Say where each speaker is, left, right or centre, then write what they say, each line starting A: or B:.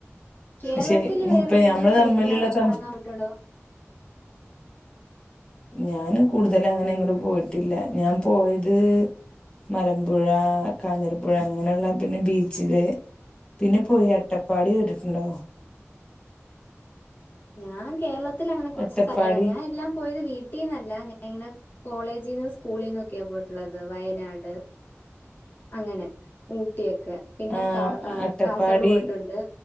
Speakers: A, on the left; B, on the left.
A: കേരളത്തിൽ
B: പക്ഷെ
A: വേറെ
B: ഇപ്പൊ
A: ഏതെങ്കിലും
B: ഞമ്മള്
A: സ്ഥലത്ത്
B: തമ്മിലുള്ള സം
A: ഇറങ്ങാൻ പറ്റുണ്ടോ
B: ഞാനും കൂടുതല് അങ്ങനെ എങ്ങടും പോയിട്ടില്ല ഞാൻ പോയത് മലമ്പുഴ കാഞ്ഞിരപ്പുഴ അങ്ങനെയുള്ള പിന്നെ ബീച്ചില് പിന്നെ പോയി അട്ടപ്പാടി കേട്ടിട്ടുണ്ടോ?
A: ഞാൻ കേരള ത്തിലങ്ങന കൊറച്ച്
B: അട്ടപ്പാടി
A: സ്ഥലേ ഞാൻ എല്ലാം പോയത് വീ ട്ടിന്നല്ല ഞാൻ ഇങ്ങനെ കോളേജീന്ന് സ്കൂളീന്നൊക്കെയാ പോയിട്ടുള്ളത് വയനാട് അങ്ങനെ ഊട്ടിയൊക്കെ പിന്നെ
B: ആ
A: കാ
B: അട്ടപ്പാടി
A: കാസർഗോഡ് പോയിട്ടുണ്ട്